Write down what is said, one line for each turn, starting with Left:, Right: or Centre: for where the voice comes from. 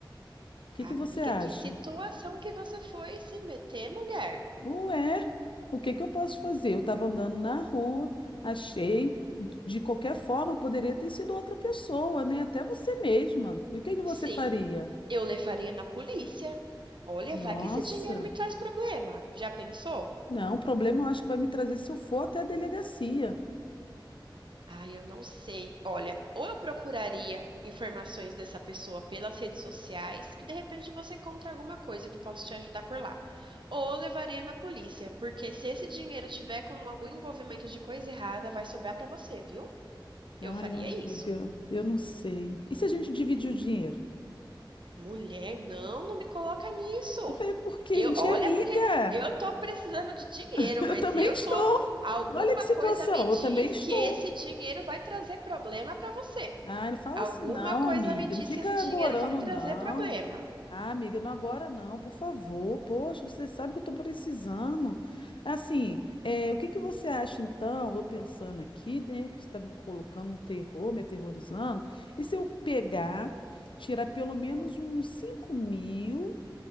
Left: O que
Right: Amiga,
Left: que você acha?
Right: que situação que você foi se meter, mulher?
Left: Ué, o que que eu posso fazer? Eu estava andando na rua, achei, de qualquer forma, poderia ter sido outra pessoa, né? Até você mesma. E o que que você
Right: Sim,
Left: faria?
Right: eu levaria na polícia. Olha,
Left: Nossa,
Right: vai que esse dinheiro me traz problema. Já pensou?
Left: não, o problema eu acho que vai me trazer se eu for até a delegacia.
Right: Ah, eu não sei. Olha, ou eu procuraria informações dessa pessoa pelas redes sociais, que de repente você encontra alguma coisa que possa te ajudar por lá. Ou eu levaria na polícia, porque se esse dinheiro tiver com algum envolvimento de coisa errada, vai sobrar pra você, viu?
Left: Ai,
Right: Eu faria
Left: amiga,
Right: isso.
Left: eu não sei. E se a gente dividir o dinheiro?
Right: Mulher, não, não me coloca nisso.
Left: É porque
Right: Eu,
Left: a gente
Right: olha,
Left: é amiga.
Right: porque eu tô precisando de dinheiro,
Left: <laughs>
Right: mas
Left: Eu também
Right: eu
Left: estou.
Right: tô, alguma
Left: Olha que situação,
Right: coisa me diz
Left: eu também estou.
Right: que esse dinheiro vai trazer problema pra você.
Left: Ah, não fala
Right: Alguma
Left: assim, não,
Right: coisa
Left: amiga.
Right: me diz
Left: Não fica
Right: que esse dinheiro
Left: agorando,
Right: vai trazer
Left: não.
Right: problema.
Left: Ah, amiga, não agora não, por favor. Poxa, você sabe que eu estou precisando. Assim, eh, o que que você acha então? Eu pensando aqui, né, que você está me colocando um terror, me aterrorizando. E se eu pegar, tirar pelo menos uns cinco mil